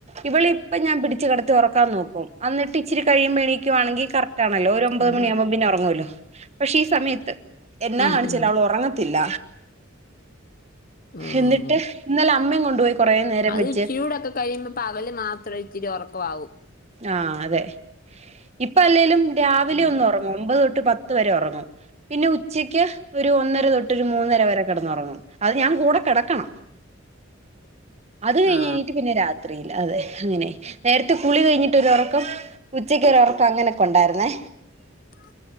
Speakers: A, on the right (about 30°); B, on the left (about 45°).
A: ഇവള് ഇപ്പം ഞാൻ പിടിച്ചച്ച് കടത്തി ഉറക്കാൻ നോക്കും അന്നിട്ട് ഇച്ചരി കഴിയുമ്പോ എണീക്കുവാണെങ്കിൽ കററ്റ് ആണോല്ലോ ഒര് ഒമ്പത്
B: ഉം
A: മണിയാകുമ്പം പിന്നെ ഉറങ്ങുമല്ലോ പക്ഷെ ഈ സമയത്ത് എന്നാ
B: ഉം
A: കാണിച്ചൽ
B: ഉം
A: അവള് ഉറങ്ങത്തില്ല
B: ഉം
A: എന്നിട്ട് ഇന്നലെ അമ്മയും കൊണ്ടുപോയി കുറേ നേരം
B: അത്
A: വെച്ച്
B: ഇച്ചിരുടൊക്കെ കഴിയുമ്പോ പകല് മാത്രം ഒരു ഇച്ചിരി ഉറണും വാവു
A: ആ അതെ ഇപ്പം അല്ലേലും രാവിലെ
B: ഉം.
A: ഒന്ന് ഉറങ്ങും ഒമ്പത് തൊട്ട് പത്ത് വരെ ഉറങ്ങും പിന്നെ ഉച്ചയ്ക്ക് ഒരു ഒന്നര തൊട്ട് ഒരു മൂന്നര വരെ കിടന്ന് ഉറങ്ങും അത് ഞാൻ കൂടെ കി കിടക്കണം
B: <inaudible>
A: അത് കഴിഞ്ഞ്
B: ആ
A: കഴിഞ്ഞിട്ട് പിന്നെ രാത്രിയില് അതെ അങ്ങനെ നേരത്തെ കുളി കഴിഞ്ഞിട്ട് ഒരു ഉറക്കം ഉച്ചക്ക് ഒരോർക്കം അങ്ങനെയൊക്കെ ഉണ്ടായിരുന്നേ
B: <inaudible>